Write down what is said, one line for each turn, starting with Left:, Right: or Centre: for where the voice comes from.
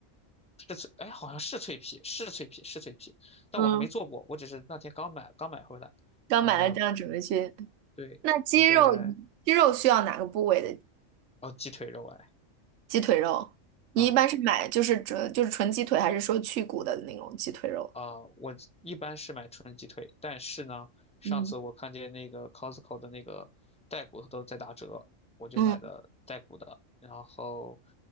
Centre: 是脆，哎，好像是脆皮，是脆皮，是脆皮，但我还没做过，
Right: 嗯
Centre: 我只是那天刚买刚买回来，
Right: <laughs>，刚买了这样准备去。
Centre: 然后对，
Right: 那鸡肉，
Centre: 准备来
Right: 鸡肉需要哪个部位的
Centre: 哦鸡腿肉哎，
Right: 鸡腿肉？你一般是买就是纯就是纯鸡腿，
Centre: 啊
Right: 还是说去骨的那种鸡腿肉？
Centre: 啊、我一般是买纯鸡腿，但是呢，上次我看见那个
Right: 嗯
Centre: Costco 的那个带骨头都在打折，我就买的带骨的，
Right: 嗯，
Centre: 然后，